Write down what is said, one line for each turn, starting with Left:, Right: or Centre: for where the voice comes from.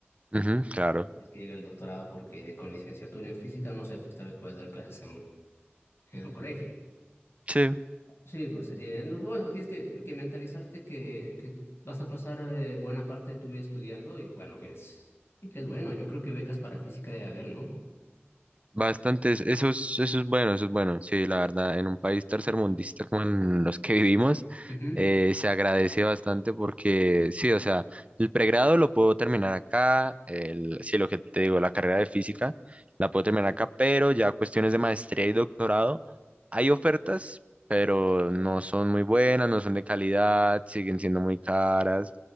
Right: ujú, claro,
Left: Tienes que llegar al doctorado porque con licenciatura en física, no sé, pues tal vez puedes dar clases en un, en un colegio.
Right: sí.
Left: Sí, pues eh, no, bueno, tienes que, que mentalizarte que, que vas a pasar eh, buena parte de tu vida estudiando y bueno, que es, y que es bueno. Yo creo que becas para física debe haber, ¿no?
Right: Bastantes, eso es, eso es bueno, eso es bueno. Sí, la verdad, en un país tercermundista como en los que vivimos,
Left: Ujú.
Right: eh, se agradece bastante porque, sí, o sea, el pregrado lo puedo terminar acá, el, sí, lo que te digo, la carrera de física la puedo terminar acá, pero ya cuestiones de maestría y doctorado, hay ofertas, pero no son muy buenas, no son de calidad, siguen siendo muy caras.